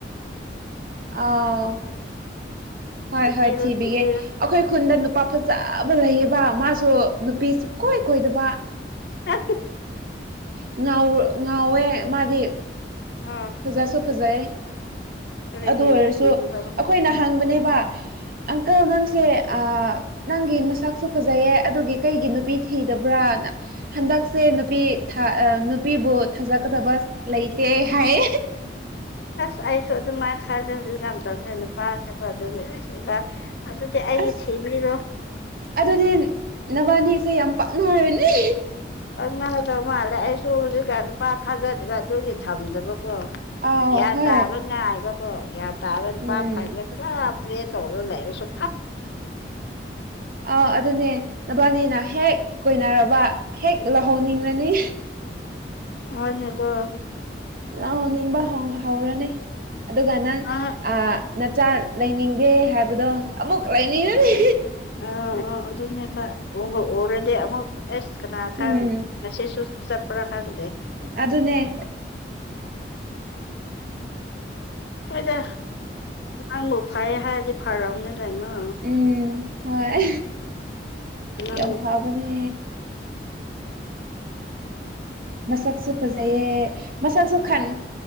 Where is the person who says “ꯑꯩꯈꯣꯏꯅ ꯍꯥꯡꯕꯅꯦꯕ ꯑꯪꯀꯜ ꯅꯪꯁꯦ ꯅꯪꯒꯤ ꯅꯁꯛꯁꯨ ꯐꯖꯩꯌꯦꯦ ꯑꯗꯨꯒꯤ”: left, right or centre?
Right